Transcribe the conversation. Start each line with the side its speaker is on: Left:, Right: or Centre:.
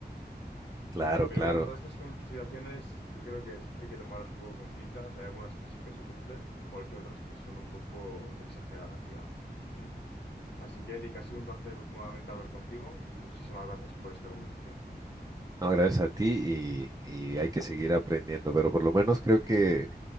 Left: Sí,
Right: Claro,
Left: pero
Right: claro.
Left: bueno, todas estas consideraciones yo creo que siempre hay que tomarlas un poco con pinzas. Hay algunas que sí que se cumplen, igual que otras que son un poco exageradas, digamos. ¿Mm? Así que, Eric, ha sido un placer nuevamente hablar contigo y muchísimas gracias por esta conversación.
Right: No, gracias a ti y, y hay que seguir aprendiendo, pero por lo menos creo que